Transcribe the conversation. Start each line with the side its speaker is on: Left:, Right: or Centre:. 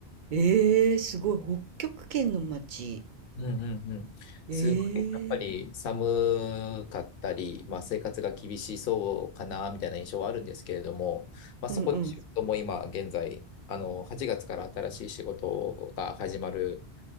Right: えー、すごい、北極圏の街。
Left: うんうんうん。
Right: えー、
Left: すごい、やっぱり寒かったり、まあ、生活が厳しそうかな、みたいな印象はあるんですけれども、まあ、そこで仕事も今現在、
Right: うん、うん。
Left: あの、8月から新しい仕事が始まる、